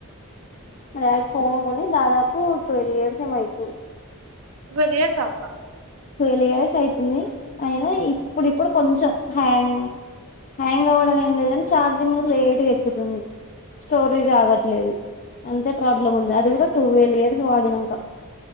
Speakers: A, on the left (about 35°); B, on the right (about 80°).
A: మరి వాళ్ళు ఫోన్ కొని దాదాపు ట్వెల్వ్ ఇయర్స్ ఏమో అయితుంది
B: ట్వెల్వ్ ఇయర్స్ ఆ అక్క
A: ట్వల్వ్ ఇయర్స్ అయితుంది అయినా ఇప్పుడిప్పుడు కొంచెం హ్యాంగ్ హ్యాంగ్ అవ్వడం ఏం లేదు కాని ఛార్జింగ్ లేటు ఏక్కుతుంది స్టోబిజ్ ఆగట్లేదు అంతే ప్రాబ్లం ఉంది అది కూడా ట్వల్వ్ ఇయర్స్ వాడినంక